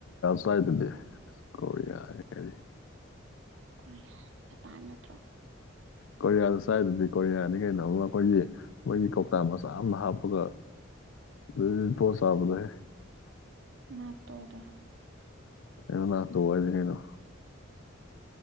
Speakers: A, on the left; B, on the right.
A: ꯆꯥꯏꯗꯗꯤꯦ ꯀ
B: ꯀꯣꯔꯤꯌꯥ ꯖꯄꯥꯟ ꯅꯠꯇ꯭ꯔꯣ
A: ꯀꯣꯔꯤꯌꯥꯗ ꯆꯥꯏꯗꯨꯗꯤ ꯀꯣꯔꯤꯌꯥꯅꯤ ꯀꯩꯅꯣꯝ ꯑꯩꯈꯣꯏꯒꯤ ꯃꯣꯏꯒꯤ ꯀꯧꯇꯥ ꯃꯆꯥ ꯑꯃ ꯍꯥꯞꯄꯒ ꯑ ꯇ ꯁꯥꯕꯅꯦ
B: ꯅꯠꯇꯦꯕ
A: ꯩꯅ ꯅ ꯇꯧ ꯋꯥꯔꯗꯤꯩꯅꯣ